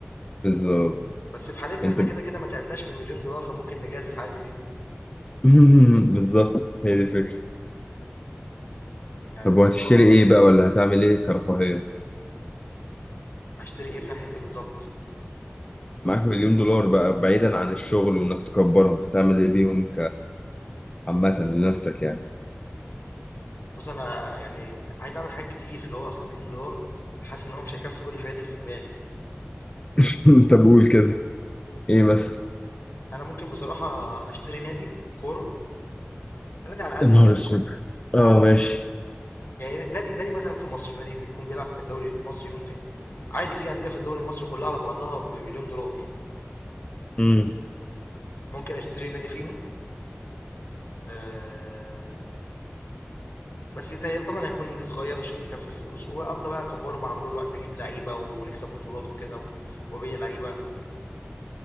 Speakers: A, on the left (about 25°); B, on the left (about 70°).
A: بالظبط
B: بس في حالتنا
A: انت
B: احنا
A: ب-
B: كده كده ما تعبناش في مليون دولار فممكن نجازف عادي بيهم
A: <laughs> بالظبط هي دي الفكره
B: يعني
A: طب
B: الموضوع
A: وهتشتري ايه بقى ولا هتعمل ايه كرفاهيه
B: هشتري ايه في ناحية ايه بالظبط
A: معاك مليون دولار بقى بعيدا عن الشغل وانك تكبرهم هتعمل ايه بيهم كعامه لنفسك
B: مم.
A: يعني
B: بص انا يعني عايز اعمل حاجات كتير اللي هو اصلا مليون دولار حاسس ان هو مش هيكفي كل الحاجات اللي في دماغي
A: <laughs> طب قول كده ايه مثلا
B: انا ممكن بصراحه اشتري نادي كوره نادي على قد
A: يا نهار
B: كده
A: اسود اه ماشي
B: يعني نادي نادي مثلا في مصر نادي بيكون بيلعب في الدوري المصري ممكن عادي في انديه في الدوري المصري كلها على بعضها بمليون دولار
A: امم
B: ممكن اشتري نادي فيهم آه بس يت- طبعا هيكون نادي صغير عشان يكفي الفلوس وابدا بقى اكبره مع مرور الوقت اجيب لعيبه ونكسب بطولات وكده و- وابيع لعيبه